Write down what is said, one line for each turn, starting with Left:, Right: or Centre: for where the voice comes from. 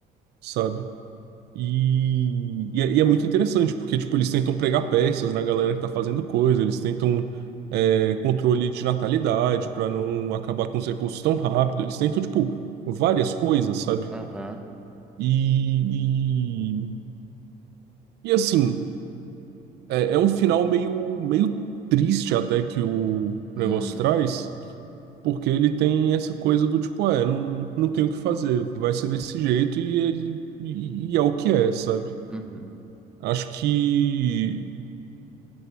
Right: sabe? E, e é, e é muito interessante, porque, tipo, eles tentam pregar peças na galera que tá fazendo coisa, eles tentam é, controle de natalidade para não acabar com os recursos tão rápido, eles tentam, tipo, várias coisas, sabe?
Centre: Aham.
Right: E, e, e, assim, é, é um final meio, meio triste até que o
Centre: Hum,
Right: negócio traz, porque ele tem essa coisa do tipo, é, não, não tem o que fazer, vai ser desse jeito e, é, e, e é o que é, sabe?
Centre: Uhum.
Right: Acho que